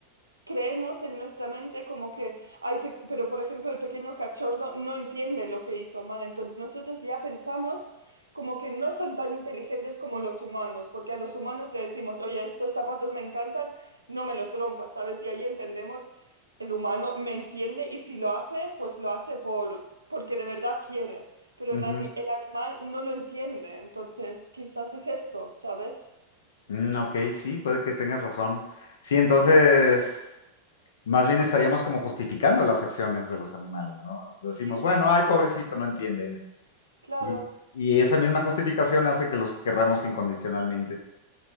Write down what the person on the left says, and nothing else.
ujú.
Mm, ok, sí, puede que tengas razón. Sí, entonces... Más bien estaríamos como justificando las acciones de los animales, ¿no?
Decimos, bueno, ay, pobrecito, no entiende.
Y, y esa misma justificación hace que los querramos incondicionalmente.